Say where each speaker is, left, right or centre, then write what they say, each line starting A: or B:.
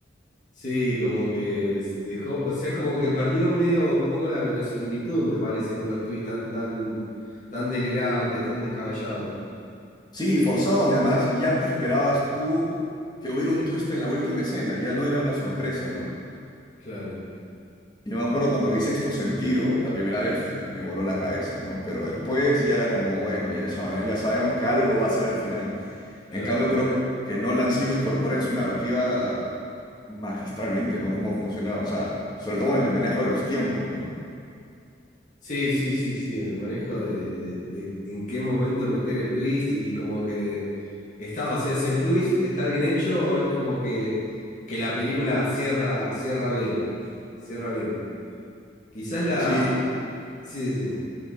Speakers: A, on the left (about 40°); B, on the left (about 20°).
A: Sí, como que s- dejó, o sea, es como que perdió medio un poco la verosimilitud, me parece, con los tweets tan, tan, tan delirantes, tan descabellados.
B: Sí, forzados y además ya te esperabas
A: Mm,
B: tú que hubiera un twist en la última escena, ya no era una sorpresa, ¿no?
A: claro,
B: Yo me acuerdo cuando vi Sexto Sentido, la primera vez me voló la cabeza, ¿no? Pero
A: mm,
B: después ya era como, bueno, ya Shyamalan ya sabemos que algo va a ser al final.
A: claro.
B: En cambio, creo que, que Nolan sí lo incorpora en su narrativa magistralmente, ¿no? Cómo funciona, o sea, sobre todo en el manejo de los tiempos, ¿no?
A: Sí, sí, sí, sí, el manejo de, de- de en qué momento meter el twist y como que está, o sea, si el twist está bien hecho, es como que, que la película cierra, cierra bien, cierra bien. Quizás la...
B: Sí.
A: Sí, decime.